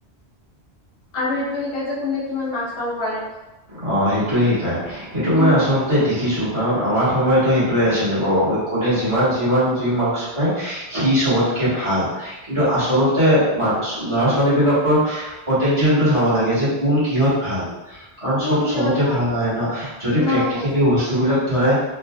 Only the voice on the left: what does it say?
আৰু এইটো শিকাই যে কোনে কিমান মাৰ্কছ পাব পাৰে
উম
কোন
কিহত
নাহা
থাকে